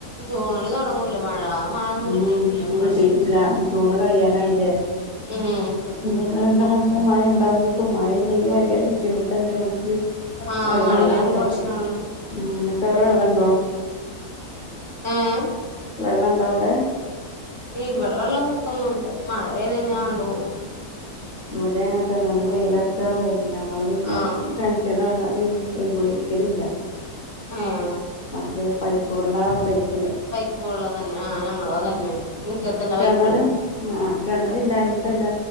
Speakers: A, on the right; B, on the left.
A: ജൂണില് തുടങ്ങൂലേ മഴ. മഴ ഒന്നും
B: ഉം.
A: കിട്ടിയിട്ടില്ല ഇപ്രാവശ്യം
B: കിട്ടീട്ടില്ല ജൂണ് കഴിയാനായിലെ.
A: ഉം.
B: ഇനീള്ള രണ്ടു മാസം മഴ ഉണ്ടാവേക്കും മഴ ഇല്ലെങ്കി ഭയങ്കര ബുദ്ധിമുട്ടല്ലേ മ്മക്ക്?
A: ആഹ്
B: വെള്ളംണ്ടാവല്ലല്ലോ
A: മഴയില്ലെങ്കി പ്രശ്നാണ്
B: ഉം ഇങ്ങക്കവടെ വെള്ളം ഇണ്ടോ?
A: ഏഹ്
B: വെള്ളംണ്ടോ അവടെ?
A: ഇവടെ വെള്ളം പൊക്കൊന്നല്ല മഴ പെയ്താ ഞാ അങ്ങട് പോകും.
B: ഇവിടെ അങ്ങനെ തന്നെ ഒന്ന് വെയിയിലറച്ചാ പോകും ഞങ്ങള് പിന്നെ
A: ആഹ്
B: ഉം കെൻറ്റ്ന്ന് വല്ലാതെ യൂസ് ഉപയോഗിക്കലില്ല
A: ഏഹ്
B: മറ്റേ പൈപ്പ് വെള്ളാ ഉപയോഗിക്കല്.
A: സ്കൂള്ന്നന്നെ ആഹ് ഞങ്ങളും അതന്നെ. മുറ്റത്തന്നെ
B: കിണറ്
A: പൈപ്പ്ണ്ട്
B: ആ കിണർ ഇല്ലാഞ്ഞിട്ടല്ല